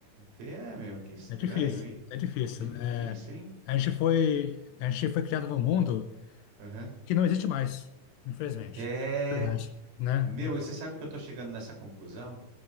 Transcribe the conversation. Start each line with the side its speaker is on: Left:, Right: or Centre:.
Right: É, meu, que estranho,
Left: É difícil,
Right: hein?
Left: é difícil.
Right: Difícil,
Left: É,
Right: hein?
Left: a gente foi, a gente foi criado num mundo
Right: Aham.
Left: que não existe mais, infelizmente.
Right: É,
Left: Verdade. Né?
Right: meu, e você sabe que eu tô chegando nessa conclusão?